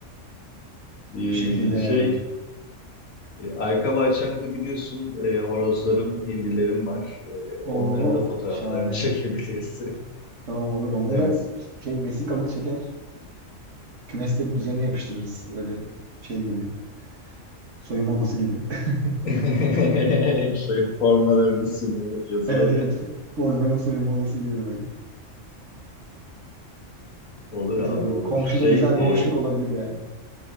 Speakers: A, on the left; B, on the right.
A: E,
B: Bu şekilde yani.
A: şey e, arka bahçemde biliyorsun e, horozlarım, hindilerim var. E,
B: Oo,
A: onların da fotoğraflarını
B: şahane.
A: çekebiliriz.
B: Tamam olur. Onlara
A: Yani
B: şey vesikalık çeker. Kümeslerin üzerine yapıştırırız. Öyle şey gibi. Soyunma odası gibi. <laughs>
A: <laughs> şey formaların isimleri yazılır
B: Evet evet.
A: ya.
B: Futbolcuların soyunma odası gibi böyle.
A: Olur
B: Güzel
A: abi
B: olur.
A: olur.
B: Komşuda
A: Şey
B: güzel bir hoşluk
A: e,
B: olabilir yani.